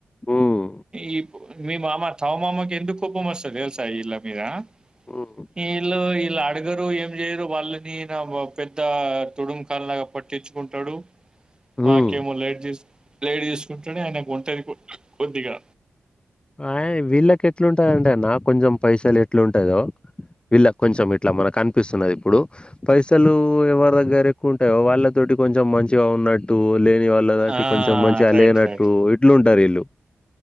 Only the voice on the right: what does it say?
ఈ మీ మామ తవ మామకు ఎందుకు కోపం వస్తది తెలుసా విళ్ళ మీదా
వీళ్ళు ఇలా అడగరు ఏం చేయరు వాళ్ళని నా పెద్ద తుడుంకాండలాగా పట్టించుకుంటాడు
మాకేమో లైట్ తీసి లైట్ తీసి పుట్టు డే ఆయనకి ఒంటరి పు కొద్దిగా
ఆ
రైట్
రైట్